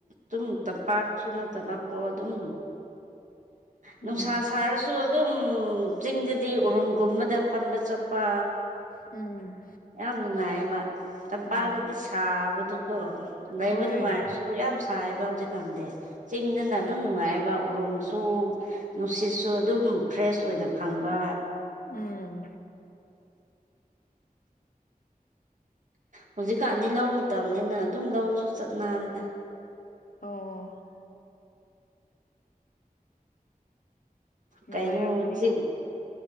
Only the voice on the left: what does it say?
ꯎꯝ
ꯎꯝ
ꯎꯝ
ꯍꯣꯏ
ꯁꯥꯕꯅꯤ
ꯎꯝ
ꯑꯣ ꯅꯨꯡꯉꯥꯏꯔꯝꯒꯅꯤ